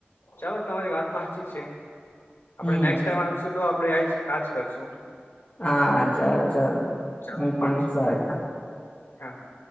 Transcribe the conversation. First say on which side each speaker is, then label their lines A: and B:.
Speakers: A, on the left; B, on the left.
A: ચાલો તમારી વાત તો હાચી છે. આપણે
B: હમ
A: નેક્સ્ટ ટાઈમ આવશું તો આપડે આઈસ આજ કરશું.
B: હા ચાલો ચાલો
A: ચાલો
B: હું
A: ઠીક
B: પણ
A: છે
B: સા
A: હા હા